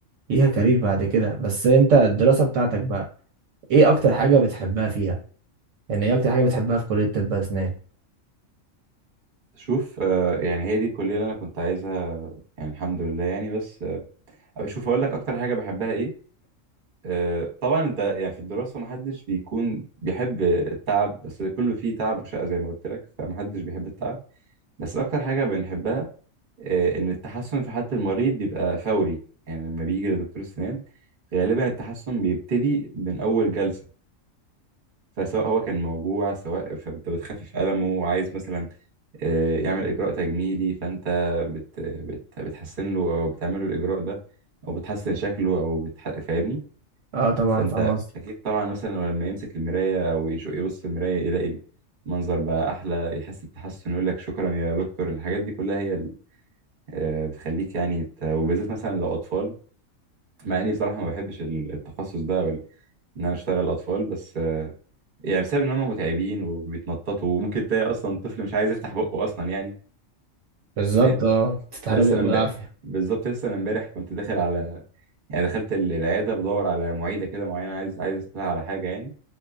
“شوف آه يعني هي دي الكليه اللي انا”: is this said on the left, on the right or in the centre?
Right